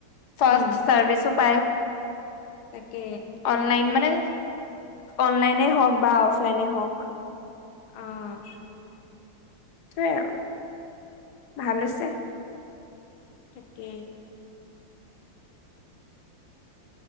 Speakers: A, on the left; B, on the left.
A: ফাৰ্ষ্ট
B: উম।
A: চাৰভিছো পায়।
B: তাকে
A: অনলাইন মানে অনলাইনে হওক বা অফলাইনে হওক।
B: আহ
A: সেইটোয়ে আৰু ভাল হৈছে।
B: তাকে